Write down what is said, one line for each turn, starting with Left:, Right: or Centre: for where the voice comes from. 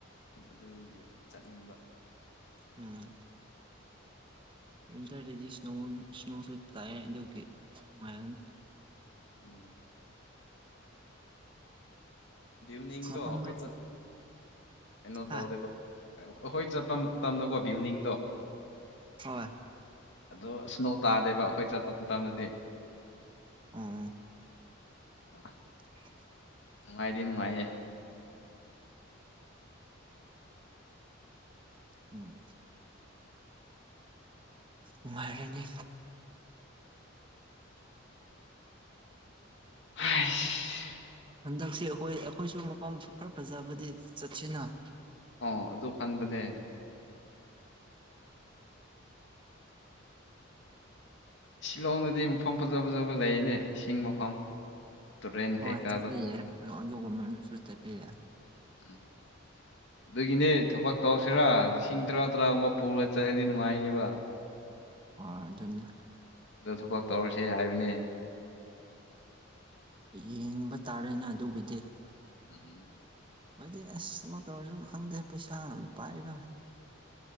Left: ꯑꯗꯨꯒꯤ ꯆꯠꯅꯤꯡꯕ
Right: ꯎꯝ ꯋꯤꯟꯇꯔꯗꯗꯤ ꯏꯁ꯭ꯅꯣ ꯏꯁ꯭ꯅꯣꯁꯨ ꯇꯥꯏ ꯑꯗꯨꯒꯤ ꯅꯨꯉꯥꯏꯅꯤ
Left: ꯎꯝ ꯏꯕꯤꯅꯤꯡꯗꯣ
Right: ꯃꯐꯝꯗꯣ
Left: ꯑꯩꯈꯣꯏ ꯆꯠꯄ ꯀꯩꯅꯣ ꯇꯧꯗꯦꯕ
Right: ꯍꯥ
Left: ꯑꯧꯈꯣꯏ ꯆꯠꯄ ꯃꯇꯝꯗꯀꯣ ꯕꯤꯜꯗꯤꯡꯗꯣ
Right: ꯍꯣꯏ꯫
Left: ꯑꯗꯣ ꯏꯁ꯭ꯅꯣ ꯇꯥꯗꯦꯕ ꯑꯩꯈꯣꯏ ꯆꯠꯄ ꯃꯇꯝꯗꯗꯤ
Right: ꯎꯝ
Left: <unintelligible>
Right: <unintelligible>
Left: ꯅꯨꯡꯉꯥꯏꯗꯤ ꯅꯨꯡꯉꯥꯏꯌꯦ
Right: ꯎꯝ ꯅꯨꯉꯥꯏꯔꯅꯤ
Left: ꯍꯥꯏꯁ
Right: ꯍꯟꯗꯛꯁꯤ ꯑꯩꯈꯣꯏ ꯑꯩꯈꯣꯏꯁꯨ ꯃꯐꯝ ꯈꯔ ꯐꯖꯕꯗꯤ ꯆꯠꯁꯤꯅ꯫
Left: ꯑꯣ ꯑꯗꯨ ꯈꯟꯕꯅꯦ꯫ ꯁꯤꯜꯂꯣꯡꯗꯗꯤ ꯃꯐꯝ ꯐꯖ ꯐꯖꯕ ꯂꯩꯑꯦꯅꯦ ꯏꯁꯤꯡ ꯃꯐꯝ꯫ ꯇꯨꯔꯦꯟ
Right: ꯍꯣꯏ
Left: ꯀꯩꯀꯥꯗꯣ
Right: ꯆꯠꯄ ꯌꯥꯏ ꯑꯗꯨꯒꯃꯕꯁꯨ ꯆꯠꯄ ꯌꯥꯏ꯫
Left: ꯎꯝ--꯫ ꯑꯗꯨꯒꯤꯅꯦ ꯊꯕꯛ ꯇꯧꯁꯦꯔꯥ ꯂꯤꯁꯤꯡ ꯇꯔꯥ ꯇꯔꯥꯒꯨꯝꯕ ꯄꯨꯔ ꯆꯠꯂꯗꯤ ꯅꯨꯡꯉꯥꯏꯅꯦꯕ꯫
Right: ꯑꯥ ꯑꯗꯨꯅꯦ꯫
Left: ꯑꯗꯣ ꯊꯕꯛ ꯇꯧꯔꯁꯦ ꯍꯥꯏꯕꯅꯦ꯫
Right: ꯌꯦꯡꯕ ꯇꯥꯔꯦꯅ ꯑꯗꯨꯒꯤꯗꯤ꯫
Left: ꯎꯝ--꯫
Right: ꯍꯥꯏꯗꯤ ꯑꯁ ꯑꯝ ꯇꯧꯔꯁꯨ ꯈꯪꯗꯦ ꯄꯩꯁꯥ ꯄꯥꯏꯕ--꯫